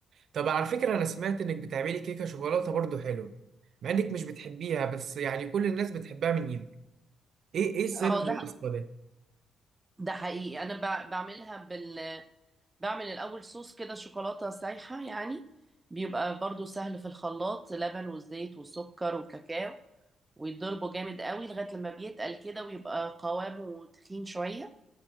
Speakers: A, on the right; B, on the right.
A: طب على فكرة انا سمعت انك بتعملي كيكة شوكولاتة برضو حلوة مع انك مش بتحبيها بس يعني كل الناس بتحبها من ايدك ايه ايه سر
B: اه
A: الوصفة
B: ده
A: ده
B: ده حقيقي انا بع- بعملها بال بعمل الاول صوص كده شوكولاته سايحه يعني بيبقى برضو سهل في الخلاط لبن والزيت والسكر والكاكاو ويتضربه جامد قوي لغايه لما بيتقل كده ويبقى قوامه تخين شويه